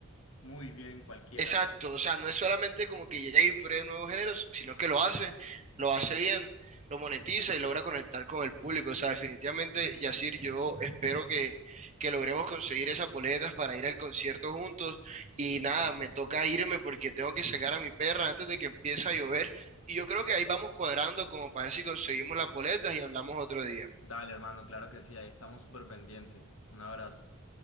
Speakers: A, on the left; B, on the right.
A: muy bien en cualquiera.
B: Exacto, o sea, no es solamente como que llega y pruebe nuevos géneros, sino que lo hace, lo hace bien, lo monetiza y logra conectar con el público. O sea, definitivamente, Yacir, yo espero que, que logremos conseguir esas boletas para ir al concierto juntos.
A: Uy,
B: Y nada,
A: sí.
B: me toca irme porque tengo que sacar a mi perra antes de que empiece a llover. Y yo creo que ahí vamos cuadrando como para ver si conseguimos las boletas y hablamos otro día.
A: Dale, hermano, claro que sí, ahí estamos súper pendientes. Un abrazo.